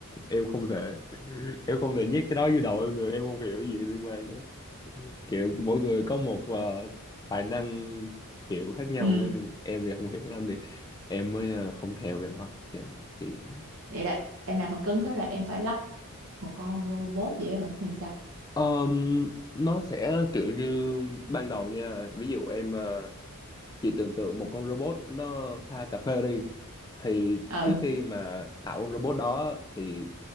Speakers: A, on the left; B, on the right.
A: em không thể <laughs> em không thể nhét cái đó vô đầu em được, em không hiểu gì liên quan đó. kiểu mỗi người có một ờ, tài năng kiểu khác nhau
B: ừ
A: á, nên em thì không hiểu lắm nên em mới ờ, không theo cái đó kiểu kiểu vậy.
B: vậy là em làm phần cứng tới là em phải lắp một con robot vậy hả thì sao
A: Ờm, nó sẽ kiểu như ban đầu nha ví dụ em ờ, chỉ tưởng tượng một con robot nó pha cà phê đi thì
B: ừ
A: trước khi mà tạo con robot đó thì